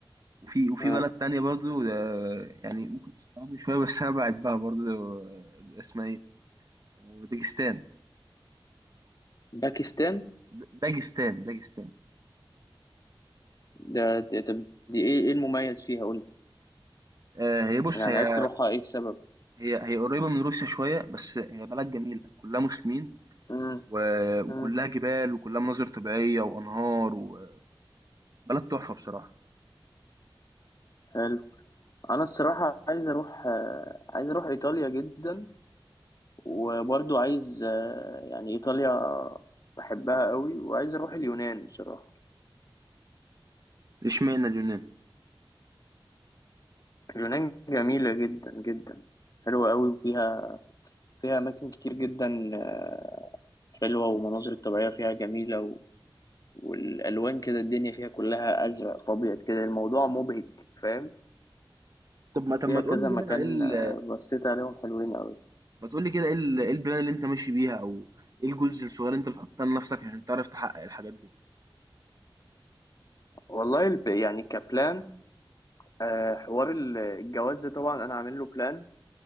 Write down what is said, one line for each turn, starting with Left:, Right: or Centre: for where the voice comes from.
Right: وفي وفي
Left: آه،
Right: بلد تانية برضو آه، يعني ممكن تستغربني شويه بس انا بحبها برضو آه، اسمها ايه آه، داجستان
Left: باكستان
Right: د- داجستان داجستان
Left: ده ده- طب دي ايه ايه المميز فيها قول لي
Right: آه، هي بص
Left: يعني
Right: هي
Left: عايز تروحها ايه السبب
Right: هي هي قريبه من روسيا شويه بس هي بلد جميله كلها مسلمين
Left: امم
Right: و- وكلها
Left: امم
Right: جبال وكلها مناظر طبيعيه وانهار و بلد تحفة بصراحة.
Left: حلو انا الصراحه عايز اروح آه، عايز اروح ايطاليا جدا وبرضو عايز آه، يعني ايطاليا بحبها قوي وعايز اروح اليونان بصراحه
Right: إشمعنى اليونان؟
Left: اليونان جميله جدا جدا حلوه قوي وفيها فيها اماكن كتير جدا آه، حلوه والمناظر الطبيعيه فيها جميله والالوان كده الدنيا فيها كلها ازرق فابيض كده الموضوع مبهج فاهم
Right: طب ما طب
Left: فيها
Right: ما تقول
Left: كذا
Right: لي
Left: مكان
Right: كده إيه ال
Left: آه، بصيت عليهم حلوين قوي
Right: ما تقول لي كده إيه ال إيه البلان اللي أنت ماشي بيها أو إيه الجولز الصغيرة اللي أنت بتحطها لنفسك عشان تعرف تحقق الحاجات دي؟
Left: والله الب- يعني كبلان آه، حوار ال- الجواز ده طبعا انا عامل له بلان